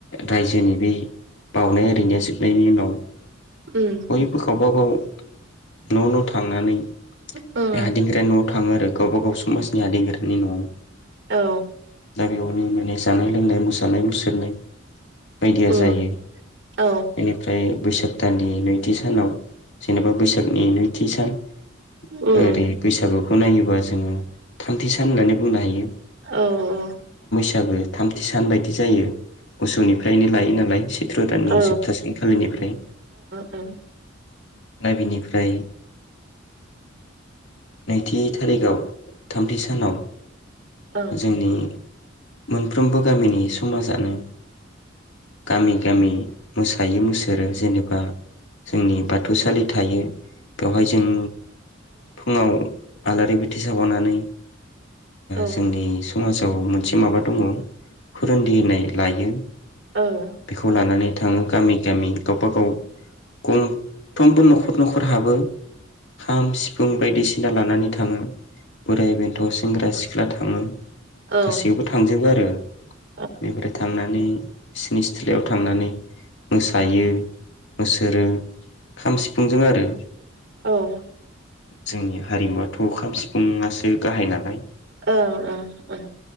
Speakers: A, on the left; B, on the right.
A: रायजोनि बे बाउनाय ओरिनाया जोबनायनि उनाव
B: उम
A: बयबो गाव गावबाव न' न' थांनानै
B: उम
A: बे हादिंगोरानि न'आव थां थाङो आरो गावबा गाव समाजनि हादिंगोरानि न'आव
B: औ
A: दा बेयावनो माने जानाय लोंनाय मोसानाय मुसुरनाय बायदिया
B: उम
A: जायो
B: औ
A: इनिफ्राय बैसाग दाननि नैथि सानाव जेनेबा बैसागनि नैथि सान
B: उम
A: ओरै बैसागु खौ नायोबा जोङो थामथि सान होननानै बुंनो हायो
B: औ औ
A: बो थामथि सान बायदि जायो मोसौनिफ्रायनो लायो नालाय सैत्र' दाननि
B: औ
A: जोबथा सानखालिनिफ्राय
B: उम
A: नाय बिनिफ्राय नैथि थारिखआव थामथि सानाव
B: औ
A: जोंनि मोनफ्रोमबो गामिनि समाजानो गामि गामि मोसायो मुसोरो जेनेबा जोंनि बाथौसालि थायो बेवहाय जों फुङाव आलारि बाथि सावनानै
B: ओं
A: जोंनि समाजाव मोनसे माबा दङ फोरान्दिनाय लायो
B: ओं
A: बेखौ लानानै थाङो गामि गामि गावब गाव गंफ्रोमबो न'खर न'खर हाबो खाम सिफुं बायदिसिना लानानै थाङो बोराय बेन्थ' सेंग्रा सिख्ला सिख्ला थाङो
B: ओं
A: गासैयावबो
B: उम
A: थांजोबो आरो
B: औ
A: बेनिफ्राय थांनानै बिसोरनि सिथ्लायाव थांनानै मोसायो बेसोरो खाम सिफुंजों आरो
B: औ
A: जोंनि हारिमुआथ' खाम सिफुंसो गाहाय नालाय
B: ओं ओं ओं